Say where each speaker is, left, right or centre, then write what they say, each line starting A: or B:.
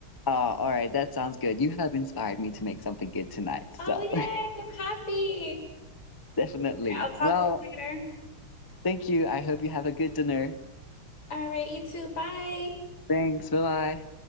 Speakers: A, on the left; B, on the left.
A: uh all right that sounds good you have inspired me to make something good tonight
B: Oh,
A: so
B: yay! I'm happy.
A: <laughs> definitely
B: I'll talk
A: well
B: to you later.
A: thank you I hope you have a good dinner
B: All right, you too. Bye.
A: thanks bye bye